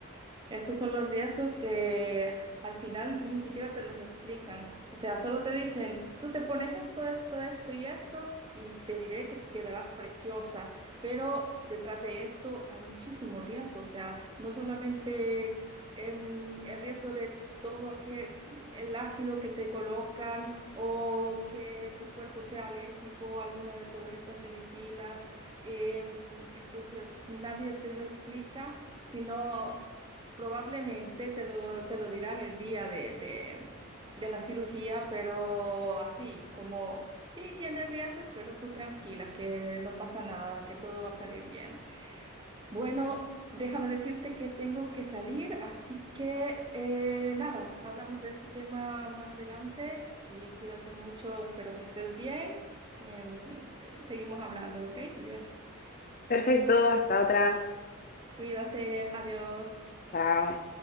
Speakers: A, on the right (about 20°); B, on the left (about 40°).
A: Estos son los riesgos que al final ni siquiera te los explican. O sea, solo te dicen, tú te pones esto, esto, esto y esto, y te diré que quedarás preciosa. Pero detrás de esto hay muchísimo riesgo. O sea, no solamente em, el riesgo de todo aquel, el ácido que te colocan o que tu cuerpo sea alérgico a alguna de todas estas medicinas. Em, entonces, nadie te lo explica sino Probablemente te lo, te lo dirán el día de, de, de la cirugía, pero así, como, sí, tiene riesgos, pero tú tranquila, que no pasa nada, que todo va a salir bien. Bueno, déjame decirte que tengo que salir, así que eh, nada, hablamos de este tema más adelante y cuídate mucho, espero que estés bien. Em, eh, seguimos hablando, ¿ok, Silvia?
B: Perfecto, hasta otra.
A: Cuídate, adiós.
B: Chao.